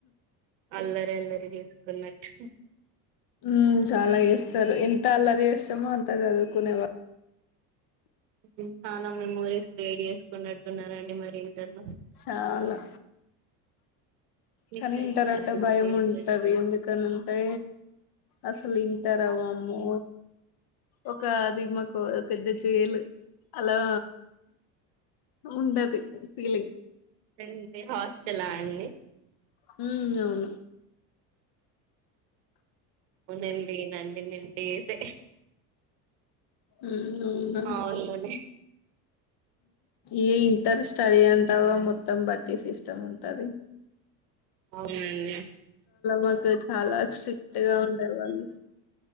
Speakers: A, on the right; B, on the left.
A: అల్లరి అల్లరి న్నట్
B: హ్మ్ చాలా చేస్తారు ఎంత అల్లరి చేస్తామో అంత చదువుకునేవారుు
A: ఉ చాలా మెమరీస్ క్రియేట్ చేసుకున్నాడు న్నారండి మరి ఇంటర్లో
B: చాలా
A: మిస్
B: కానీ
A: అయితున్నారా
B: ఇంటర్ అంటే
A: అండి
B: భయం
A: మరి ఏంటండి
B: ఉంటది ఎందుకని అంటే అసలు ఇంటర్ వావ్వము ఒక అది మాకు పెద్ద జాలు అలా ఉండది ఫీలింగ్
A: అంటే హాస్టలా అండి
B: హ్మ్ అవును
A: అవునండి నండి నింటేసే
B: ఉమ్ అవును
A: మా ఉరిలోనే
B: ఏ ఇంటర్ స్టడీ అంటావా మొత్తం బట్టి సిస్టమ్ ఉంటాది
A: అవునండి
B: మాకు చాలా స్ట్రిక్ట్ గా ఉండేవాళ్ళు